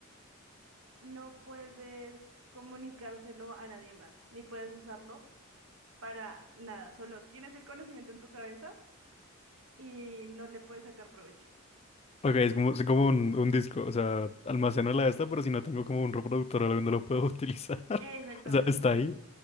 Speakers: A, on the right; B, on the left.
A: no puedes comunicárselo a nadie más, ni puedes usarlo para nada, solo tienes el conocimiento en tu cabeza y no le puedes sacar provecho.
B: Ok, es como, es como un, un disco. O sea, almaceno la esta, pero si no tengo como un reproductor o algo, no lo puedo utilizar. <laughs>
A: Exactamente.
B: O sea, está ahí.